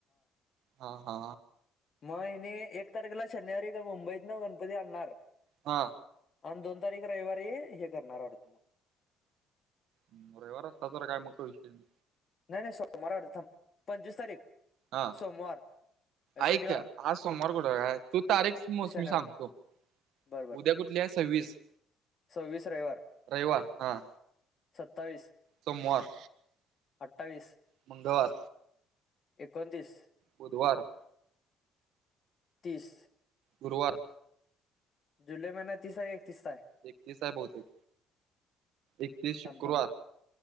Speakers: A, on the right; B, on the left.
A: हा हा.
B: म हिने एक तारखेला शनिवारी गं गोमबईतनं गणपती आणणार आहे
A: हा.
B: आणि दोन तारीख रविवारी ये हे करणार वाटते मग.
A: हम्म रविवार असता तर मग काय विषय नाही.
B: नाही नाही सोमवार आहे वाटते थांब पंचविस तारीख
A: हा
B: सोमवार
A: ऐक
B: शनिवार
A: त्या आज सोमवार कुठे काय तू तारीखस मोज
B: शनिवार
A: मी सांगतो.
B: बरोबर
A: उद्या कुठली आहे सव्वीस
B: सव्वीस रविवार
A: रविवार हा.
B: सत्तावीस
A: सोमवार
B: अठ्ठावीस,
A: मंगळवार
B: एकोणतीस
A: बुधवार
B: तीस
A: गुरुवार
B: जुलै महिन्या तीस आहे एकतीस आहे?
A: एकतीस आहे बहुतेक. एकतीस शुक्रवार,
B: थांब थांब